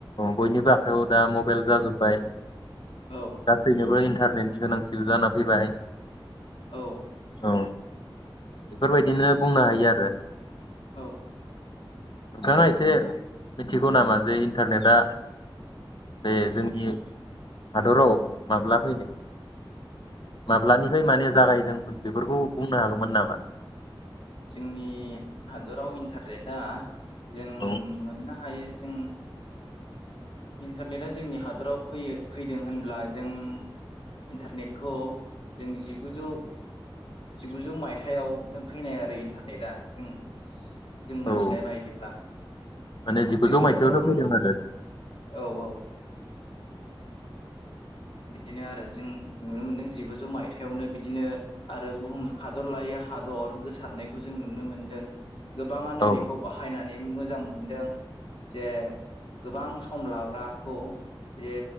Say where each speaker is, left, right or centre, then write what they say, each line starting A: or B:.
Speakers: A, on the left; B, on the left.
A: बयनिबो आखायाव दा मबाइल जाजोब्बाय
B: औ
A: गासैनोबो इन्टार बिबांथि गोनांथिबो जाना फैबाय
B: औ
A: औ बेफोरबायदिनो बुंनो हायो आरो
B: औ
A: नोंथाङा एसे मिथिगौ नामा जे इन्टारनेटआ बे जोंनि हादराव माब्ला फैनाय माब्लानिफ्राय माने जागायजोंमोन बेफोरखौ बुंनो हागौमोन नामा
B: जोंनि हादराव इन्टारनेटआ जों
A: औ
B: मोननो हायो जोङो इन्टारनेटआ जोंनि हादराव फैयो फैदों होनब्ला जों इन्टारनेटखौ जों जिगुजौ जिगुजौ माइथायावनो फैनाय आरो इन्टारनेटआ जों जों मोनथिनाय
A: औ
B: बायदिब्ला
A: माने जिगुजौ
B: जोंनि
A: मायथाइयावनो
B: हादरावल'
A: फैदों
B: नङ
A: आरो
B: औ -औ बिदिनो आरो जों नुनो मोनदों जिगुजौ माइथायावनो बिदिनो आरो बुहुम हादर लायै हादर गोसारनायखौ जों नुनो मोनदों। गोबाङानो
A: औ
B: बेखौ बाहायना मोजां मोनदों जे गोबां सम लाग्राखौ जे